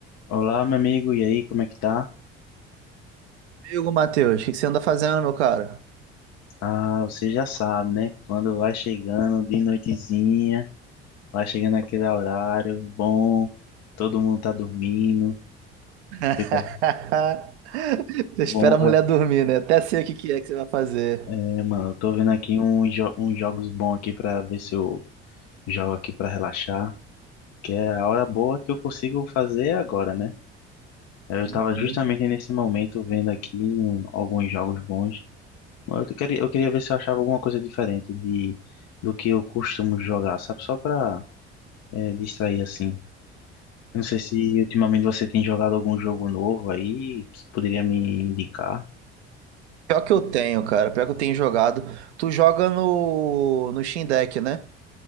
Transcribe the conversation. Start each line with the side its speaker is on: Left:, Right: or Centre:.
Left: Olá, meu amigo, e aí, como é que tá?
Right: Amigo Matheus, o que que você anda fazendo, meu cara?
Left: Ah, você já sabe, né? Quando vai chegando de noitezinha, vai chegando aquele horário bom, todo mundo tá dormindo,
Right: <laughs>
Left: fica
Right: Você
Left: bom,
Right: espera
Left: vai.
Right: a mulher dormir, né? Até sei o que que é que você vai fazer.
Left: É, mano, eu tô vendo aqui uns, jo- uns jogos bons aqui pra ver se eu jogo aqui pra relaxar, que é a hora boa que eu consigo fazer agora, né? Eu
Right: Sim,
Left: tava
Right: sim.
Left: justamente nesse momento vendo aqui um- alguns jogos bons. Eu queria, eu queria ver se eu achava alguma coisa diferente de, do que eu costumo jogar, sabe? Só pra é, distrair assim. Não sei se ultimamente você tem jogado algum jogo novo aí que poderia me indicar.
Right: Pior que eu tenho, cara. Pior que eu tenho jogado. Tu joga no, no Steam Deck, né?